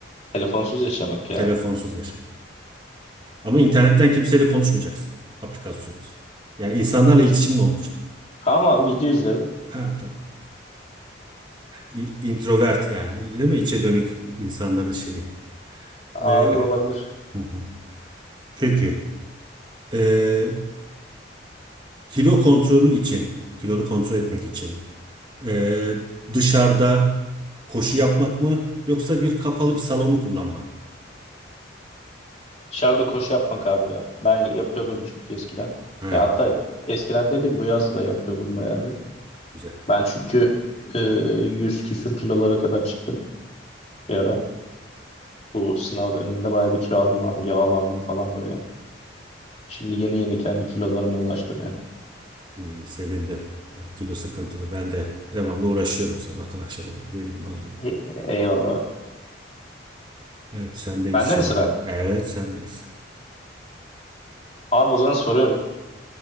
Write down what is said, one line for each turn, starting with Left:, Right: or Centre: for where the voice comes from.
Left: telefonsuz yaşamak ya.
Right: telefonsuz yaşamak. Ama internetten kimseyle konuşmayacaksın. Aplikasyonsuz. Yani insanlarla iletişimin olmayacak.
Left: Tamam abi video izlerim.
Right: Ha, tamam. İ- Introvert yani değil mi? İçe dönük insanların şeyi.
Left: Abi
Right: Ee,
Left: olabilir.
Right: <laughs> Peki, e, kilo kontrolü için, kilonu kontrol etmek için e, dışarıda koşu yapmak mı yoksa bir kapalı bir salonu kullanmak mı?
Left: Dışarıda koşu yapmak abi ya. Ben yapıyordum çünkü eskiden.
Right: He,
Left: Ya hatta eskiden dedim bu yaz da yapıyordum bayağı bir.
Right: güzel,
Left: Ben çünkü e, 100 küsür kilolara kadar çıktım bir ara. Bu sınav döneminde bayağı bir kilo aldım abi. Yağlandım falan böyle. Şimdi yeni yeni kendi kilolarıma ulaştım yani.
Right: İyi, sevindim. Yani kilo sıkıntılı. Ben de devamlı uğraşıyorum sabahtan akşama kadar. Vereyim alıyorum.
Left: E- eyvallah abi.
Right: Evet, sendeyiz
Left: Bende
Right: şu
Left: mi sıra?
Right: anda. Evet, sendeyiz.
Left: Abi o zaman soruyorum.